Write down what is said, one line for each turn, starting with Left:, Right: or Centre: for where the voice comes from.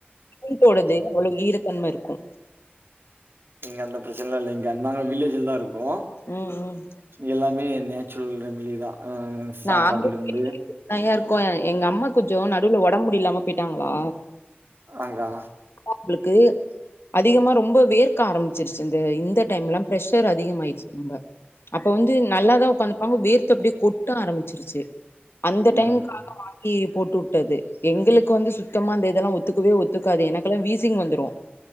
Left: பும்போடது அவ்ளோ ஈரத்தன்ம இருக்கு
Right: இங்க அந்த பிரச்சன இல்ல இங்க ஆ நாங்க வில்லேஜ்லதா இருக்கோ
Left: ம் ம்
Right: எல்லாமே நேச்சுரல் ரெமலிதா ஆ சாப்பாட்லேருந்து
Left: நாங்க தனியா இருக்கோ எங்க அம்மா கொஞ்ச நடுவுல ஒடம்பு முடில்லாம போயிட்டாங்களா
Right: ஆங்க்கா
Left: அதா அவுங்களுக்கு அதிகமா ரொம்ப வேர்க்க ஆரம்பிச்சிருச்சி இந்த இந்த டைம்லா பிரஷர் அதிகமாயிடுச்சி ரொம்ப அப்போ வந்து நல்லாதா உக்காந்துருப்பாங்க வேர்த்து அப்டியே கொட் ட ஆரம்பிச்சிருச்சி அந்த
Right: ம்
Left: டைம்க்காக வாங்கி போட்டுட் டது எங்களுக்கு வந்து சுத்தமா அந்த இதெல்லா ஒத்துக்கவே ஒத்துக்காது எனக்கெல்லா வீசிங் வந்துரு